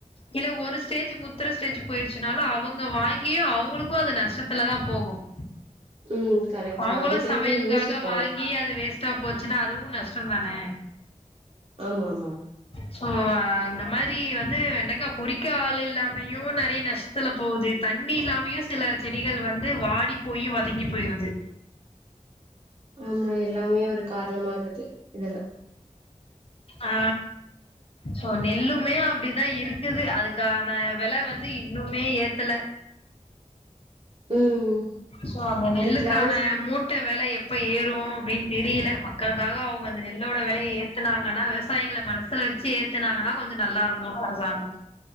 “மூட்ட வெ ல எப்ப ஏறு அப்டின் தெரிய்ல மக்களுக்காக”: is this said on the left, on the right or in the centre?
Left